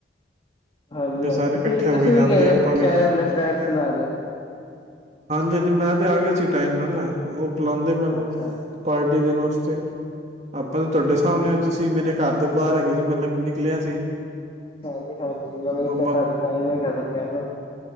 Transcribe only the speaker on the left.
ਹਾਂਜੀ
-ਹਾਂਜੀ
ਤੁਸੀ
-ਤੁਸੀਂ
ਵੀ ਗਏ
ਰ
ਸ਼ਾਇਦ ਆਪਣੇ ਫਰੈਂਡਸ ਨਾਲ
ਅੱਛਾ
ਅੱਛਾ
ਹਾਂਜੀ ਹਾਂਜੀ ਮੈ ਇਥੇ
ਕੰਮ ਤਈ ਮੈਂ ਮੈਮ ਕਹਿਨਾ।